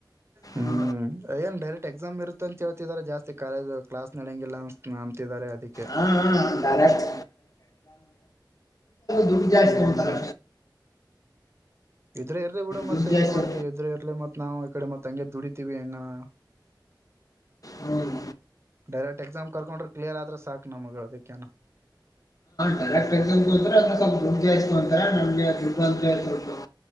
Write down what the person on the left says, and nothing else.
ಹಾ
ಹಾ ಡೈರೆಕ್ಟ್ ದು ಜಾಸ್ತ
ಒಂತಾರೆ
ದುಡ್ಡು ಜಾಸ್ತಿ
ಹ್ಮ್
ಕರೆಕ್ಟ್ ಎಕ್ಸ್ ಅ ಸ್ಲ್ ಬುಕ್ ಜಸ್ಕೊಂತರ ನಮ